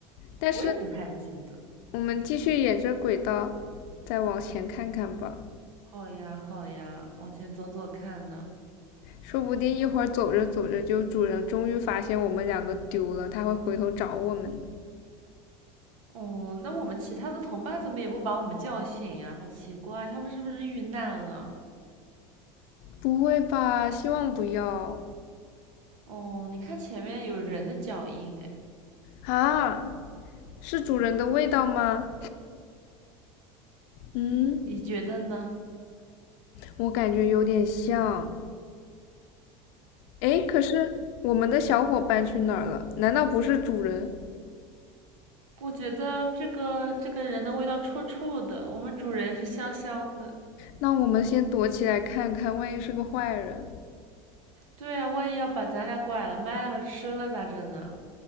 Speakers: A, on the left; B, on the right.
A: 但是
B: 我也不太记得。
A: 我们继续沿着轨道再往前看看吧。
B: 好呀，好呀，往前走走看呢。
A: 说不定一会儿走着走着，就主人终于发现我们两个丢了，他会回头找我们的。
B: 哦，那我们其他的同伴怎么也不把我们叫醒呀？好奇怪，他们是不是遇难了？
A: 不会吧？希望不要
B: 哦，你看前面有人的脚印，哎，
A: 啊！是主人的味道吗？嗯，
B: 你觉得呢？
A: 我感觉有点像。哎，可是我们的小伙伴去哪儿了？难道不是主人？
B: 我觉得这个这个人的味道臭臭的，我们主人是香香的。
A: 那我们先躲起来看看，万一是个坏人。
B: 对啊，万一要把咱俩拐了、卖了、吃了咋整呢？